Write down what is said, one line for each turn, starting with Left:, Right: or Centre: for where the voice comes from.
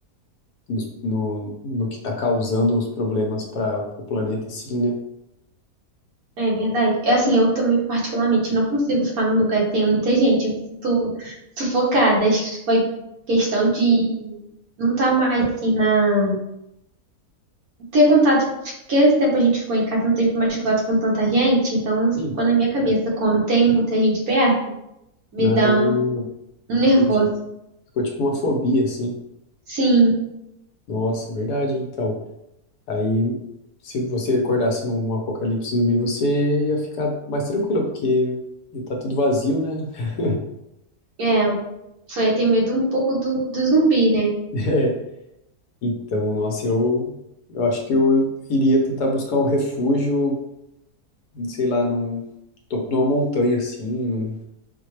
Left: nos- no, no, que está causando os problemas para o planeta, assim, né?
Right: É verdade. É assim, eu também particularmente não consigo ficar num lugar que tenha muita gente. Eu me sinto sufocada. Acho que foi questão de não estar mais assim na ter contato, porque esse tempo a gente ficou em casa, não teve mais contato com tanta gente, então isso
Left: Sim.
Right: ficou na minha cabeça quando tem muita gente perto, me
Left: Ah,
Right: dá um, um nervoso.
Left: entendi. Ficou tipo uma fobia, assim.
Right: Sim,
Left: Nossa, verdade. Então, aí, se você acordasse num apocalipse zumbi, você ia ficar mais tranquilo, porque ia tá tudo vazio, né? <laughs>
Right: é, foi ter medo um pouco do, do zumbi, né?
Left: É. Então, nossa, eu, eu acho que eu iria tentar buscar um refúgio, sei lá, num topo de uma montanha, assim, num,